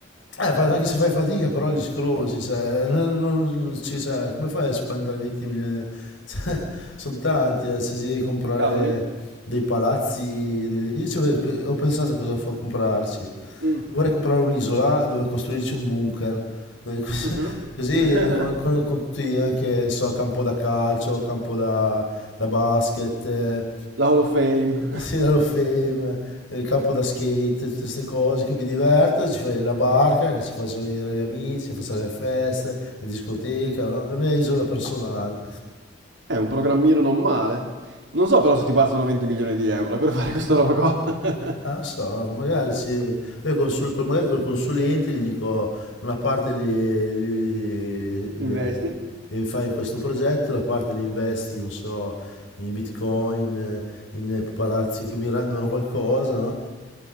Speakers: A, on the left (about 85°); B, on the right (about 75°).
A: Eh, fa- anche se fai fatica, però li scrosi, cioè, <laughs> non- non- non ci- cioè, come fai a spendere 20 milioni? <laughs> Cioè, sono tanti, eh, se devi comprare
B: Cavoli.
A: dei palazzi, degli- io ci ho, ho pensato cosa fa comprarci.
B: Mm.
A: Vorrei comprare un'isola dove costruirci un bunker, dove cos-
B: Mhm.
A: <laughs> così,
B: <laughs>
A: eh, con, con- con tutti anche, so, campo da calcio, campo da, da basket, eh,
B: La Hall of Fame.
A: sì, l'Hall of Fame, il campo da skate, tutte queste cose che mi diverto, ci fai la barca, che ci faccio venire gli amici, ci faccio le feste, la discoteca, no? La mia isola personale.
B: <laughs> È un programmino non male. Non so però se ti bastano 20 milioni di euro per fare questa roba qua. <laughs>
A: Ah, non so, magari, ci, io consul- col- magari col consulente gli dico una parte li, li-
B: Investi?
A: le- le fai in questo progetto, la parte li investi, non so, in Bitcoin, in palazzi che mi rendono qualcosa, no?